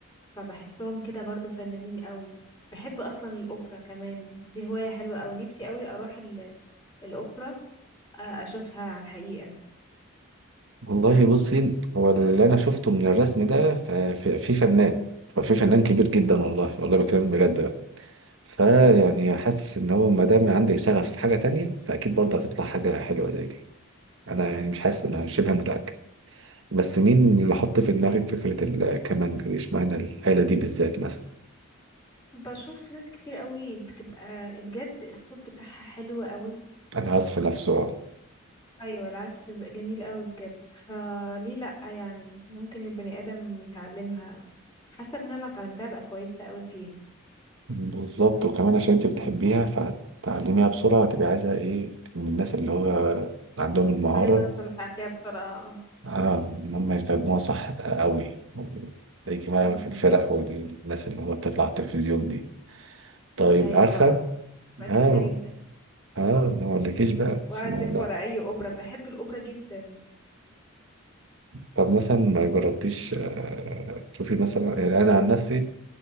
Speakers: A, on the left (about 20°); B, on the right (about 60°).
A: فبحسهم كده برضو فنانين قوي بحب اصلا الاوبرا كمان دي هواية حلوة قوي نفسي قوي اروح ال- الاوبرا آه، اشوفها على الحقيقة
B: والله بصي هو اللي انا شفته من الرسم ده ف- ف- في فنان ففي فنان كبير جدا
A: مم.
B: والله والله بكلم بجد بقى فيعني حاسس ان هو ما دام عندك شغف في حاجه تانية فاكيد برضه هتطلع حاجه حلوه زي دي انا يعني مش حاسس انا شبه متاكد بس مين اللي حط في دماغك فكره الكمانجا دي اشمعنى الاله دي بالذات مثلا
A: بشوف ناس كتير قوي بتبقى بجد الصوت بتاعها حلو قوي
B: انا اسف نفسه
A: ايوه العزف بيبقى جميل قوي بجد فليه لا يعني ممكن البني ادم يتعلمها حاسه ان انا لو اتعلمتها ابقى كويسه قوي فيها
B: بالظبط وكمان عشان انت بتحبيها فتعلميها بسرعة وتبقي عايزة ايه من الناس اللي هو عندهم المهارة
A: عايزه اوصل ابقى فيها بسرعه
B: اه ان هم يستخدموها صح بقى قوي زي كمان
A: امم
B: في الفرق والناس اللي هو بتطلع على التلفزيون دي طيب
A: ايوه
B: عارفة
A: بقى بقى
B: اه
A: جميله جدا
B: اه ما اقولكيش بقى
A: واعزف
B: اسمها لا
A: ورا اي اوبرا بحب الاوبرا جدا
B: طب مثلا ما جربتيش آه تشوفي مثلا يعني انا عن نفسي